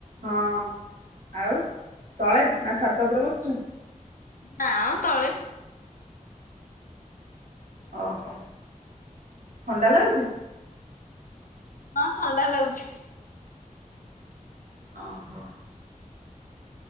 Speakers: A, on the right (about 70°); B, on the left (about 80°).
A: ହଁ ଆଉ ତଳେ ନା ଛାତ ଉପରେ ବସିଛୁ?
B: ନାଁ ମ ତଳେ
A: ଓହୋ ଥଣ୍ଡା ଲାଗୁଛି?
B: ହଁ ଥଣ୍ଡା ଲାଗୁଛି।
A: ଓ ହୋ